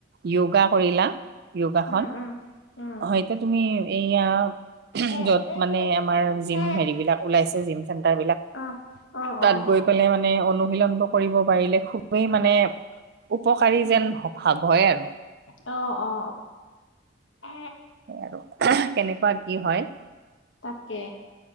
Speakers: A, on the right (about 55°); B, on the left (about 80°).
A: য়োগা কৰিলা য়োগাখন,
B: উম, উম,
A: হয়তো তুমি এইয়া
B: উম।
A: য'ত মানে আমাৰ জিম
B: অ',
A: হেৰি বিলাক ওলাইছে জিম চেন্টাৰ বিলাক
B: অ', অ',
A: তাত গৈ পেলাই মানে অনুশীলন কৰিব পাৰিলে খুবেই মানে উপকাৰী
B: উম,
A: যেন ভাৱ হয় আৰু
B: অ, অ, এ
A: আৰু কেনেকুৱা কি হয়।
B: তাকে।